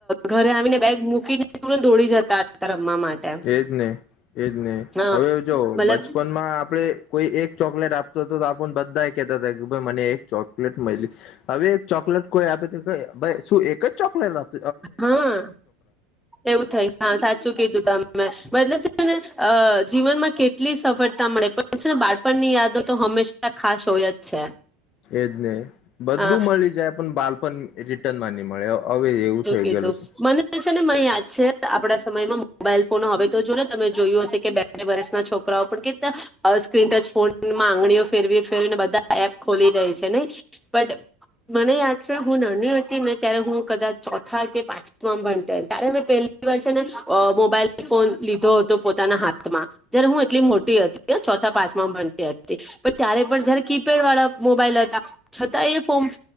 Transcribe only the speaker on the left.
એજ ને એજ ને
હવે જો,
બચપનમાં આપણે કોઈ એક ચોકલેટ આપતો તો આપ બધા કહેતા હતા મને એક ચોકલેટ મળી. હવે એક ચોકલેટ કોઈ આપી દે, ભાઈ, શું એક જ ચોકલેટ આપે?
એ જ ને, બધું
મળી જાય પણ બાળપણ રિટર્નમાં નહીં મળે હવે એવું થઈ
ગયેલું
છે